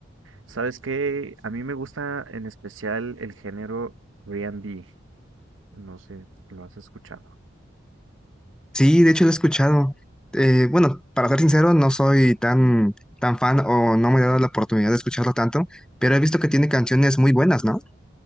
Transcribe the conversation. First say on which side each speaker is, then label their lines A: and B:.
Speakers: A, on the right; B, in the centre.
A: ¿sabes qué? A mí me gusta en especial el género R&B, no sé, lo has escuchado.
B: Sí, de hecho lo he escuchado. Eh, bueno, para ser sincero, no soy tan, tan fan o no me he dado la oportunidad de escucharlo tanto, pero he visto que tiene canciones muy buenas, ¿no?